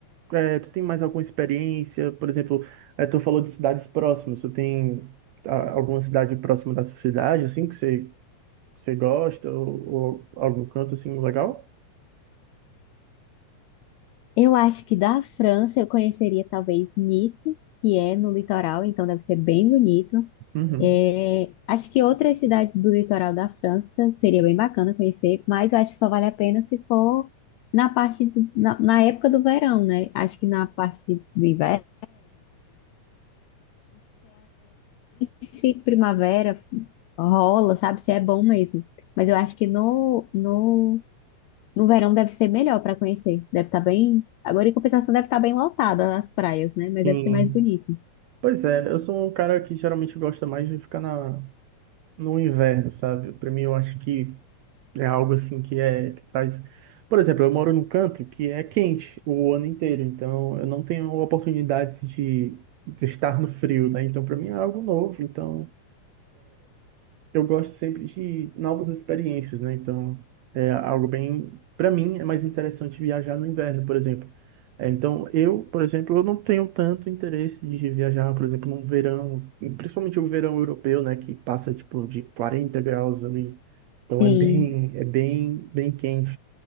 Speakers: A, on the right; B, on the left.
A: é, tu tem mais alguma experiência? Por exemplo, é, tu falou de cidades próximas. Tu tem ah, alguma cidade próxima da sua cidade, assim, que você, você gosta ou, ou algum canto assim legal?
B: Eu acho que da França eu conheceria talvez Nice, que é no litoral, então deve ser bem bonito.
A: Uhum.
B: É, acho que outras cidades do litoral da França seria bem bacana conhecer, mas eu acho que só vale a pena se for na parte do- na, na época do verão, né? Acho que na parte do inverno, se primavera rola, sabe? Se é bom mesmo. Mas eu acho que no, no, no verão deve ser melhor para conhecer. Deve estar bem. Agora, em compensação, deve estar bem lotada as praias, né? Mas
A: Sim.
B: deve ser mais bonito.
A: Pois é, eu sou um cara que geralmente gosta mais de ficar na, no inverno, sabe? Para mim, eu acho que É algo assim que é que traz. Por exemplo, eu moro num canto que é quente o ano inteiro, então eu não tenho oportunidades de, de estar no frio, né? Então para mim é algo novo, então eu gosto sempre de novas experiências, né? Então, é algo bem, para mim, é mais interessante viajar no inverno, por exemplo. É, então, eu, por exemplo, eu não tenho tanto interesse de viajar, por exemplo, no verão, principalmente o verão europeu, né, que passa tipo de 40 graus ali. Então
B: Sim,
A: é bem, é bem, bem quente.